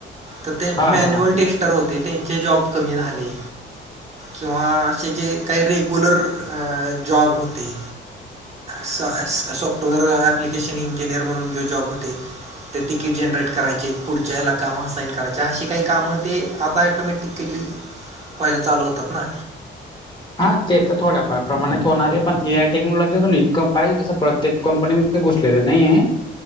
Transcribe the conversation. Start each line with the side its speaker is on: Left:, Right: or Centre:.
Right: तर ते
Left: हां
Right: मॅन्युअल
Left: हां
Right: टेस्टर होते त्यांचे जॉब कमी झाले किंवा असे जे काही रेग्युलर जॉब होते. सॉफ्टवेअर ॲप्लिकेशन इंजिनिअर म्हणून जे जॉब होते. ते तिकीट जनरेट करायचे पुढच्या हेला काम असाईन करायचे. अशी काही कामं ते आता ॲटोमॅटिकली. फॉईल चालू होतात ना.
Left: हा ते तर थोड्याफार प्रमाणात होणार आहे, पण ए आय टेक्नॉलॉजी अजून इतकं पाहिजे तसं प्रत्येक कंपनी तिथे घुसलेले नाहीये.